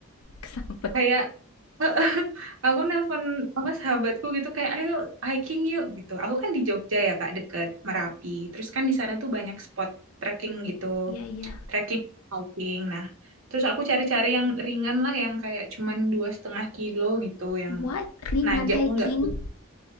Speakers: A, on the left (about 85°); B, on the right (about 65°).
A: kesambet.
B: kayak
A: <laughs>
B: <laughs> aku nelpon apa sahabatku gitu kayak ayo hiking yuk gitu. Aku kan di Jogja ya Kak deket Merapi. Terus kan di sana tuh banyak spot trekking gitu.
A: Iya iya.
B: Trekking hiking. Nah, terus aku cari-cari yang ringan lah yang kayak cuman dua setengah kilo gitu yang
A: What? Ringan
B: nanjaknya
A: hiking?
B: nggak